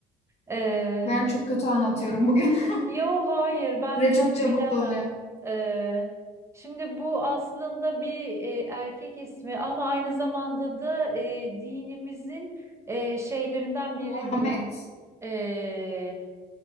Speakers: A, on the right (about 15°); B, on the left (about 40°).
A: E,
B: Ben çok kötü anlatıyorum bugün.
A: Yo hayır
B: <laughs>
A: ben
B: Süre
A: biraz
B: çok çabuk
A: bilemem.
B: doluyor.
A: Ee, şimdi bu aslında bir e, erkek ismi ama aynı zamanda da e, dinimizin e, şeylerinden biri
B: Ahmet.
A: diyeyim. Ee,